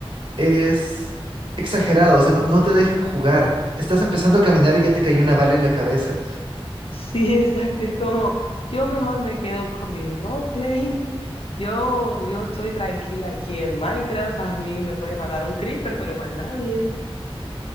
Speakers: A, on the right; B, on the left.
A: es exagerado, o sea, no, no te dejan jugar. Estás empezando a caminar y ya te cayó una bala en la cabeza.
B: Sí, <laughs> exacto, es como yo mejor me quedo con mi roleplay. Yo, yo estoy tranquila aquí en Minecraft, a mí me puede matar un creeper, pero más nadie.